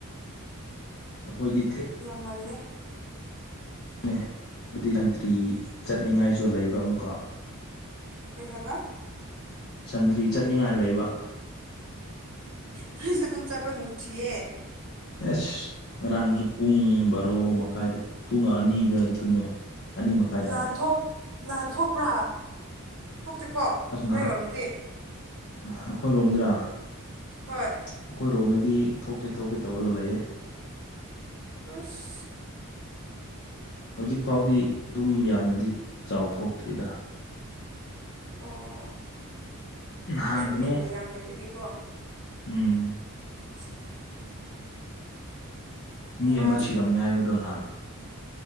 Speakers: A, on the left; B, on the right.
A: ꯑꯈꯣꯏꯗꯤ
B: ꯌꯥꯝ ꯉꯜꯂꯦ
A: ꯅꯦ ꯍꯥꯏꯕꯗꯤ ꯖꯟꯇ꯭ꯔꯤ ꯆꯠꯅꯤꯡꯉꯥꯏꯁꯨ ꯂꯩꯕ ꯑꯃꯨꯛꯀ
B: ꯀꯩ ꯍꯥꯏꯕ
A: ꯁꯟꯗ꯭ꯔꯤ ꯆꯠꯅꯤꯡꯉꯥꯏ ꯂꯩꯕ
B: ꯅꫭꯏꯁꯨ ꯑꯗꯨꯝ ꯆꯠꯄ꯭ꯔꫭ ꯅꯨꯡꯁꯤꯌꯦ
A: ꯑꯦꯁ ꯉꯔꯥꯡꯁꯨ ꯄꯨꯡ ꯕꯥꯔꯣ ꯃꯈꯥꯏꯗ ꯄꯨꯡ ꯑꯅꯤꯗꯥꯏꯗ ꯇꯨꯝꯃꯦ ꯑꯅꯤ ꯃꯈꯥꯏꯗ
B: ꯂꯥꯟꯊꯣꯛ ꯂꯥꯟꯊꯣꯛꯄ꯭ꯔꯥ ꯊꯣꯛꯇꯦꯀꯣ
A: ꯑꯁ ꯅꯍꯥꯟ
B: ꯅꫭꯏꯔꯣꯝꯗꯗꯤ
A: ꯑꯩꯈꯣꯏꯔꯣꯝꯗ꯭ꯔꯥ
B: ꯍꯣꯏ
A: ꯑꯩꯈꯣꯏ ꯔꯣꯝꯗꯗꯤ ꯊꯣꯛꯀꯦ ꯊꯣꯛꯀꯦ ꯇꯧꯔꯒ ꯂꯩꯌꯦ
B: ꯇꯨꯠꯁ
A: ꯍꯧꯖꯤꯛ ꯐꯥꯎꯗꯤ ꯑꯗꯨꯝ ꯌꯥꯝꯅꯗꯤ ꯆꯥꯎ ꯊꯣꯛꯇ꯭ꯔꯤꯗꯥ
B: ꯑꯣ
A: ꯅꯍꯥꯟꯅꯒꯅꯨ
B: ꯅꯣꯏ ꯁꯟꯇ꯭ꯔꯤ ꯃꯌꯥꯝ ꯂꯩꯕꯒꯤꯀꯣ
A: ꯎꯝ
B: <inaudible>
A: ꯃꯤ
B: ꯅꯍꯥꯟ
A: ꯑꯃ ꯁꯤꯔꯝꯃꯦ ꯍꯥꯏꯕꯗꯣ ꯅꯍꯥꯟ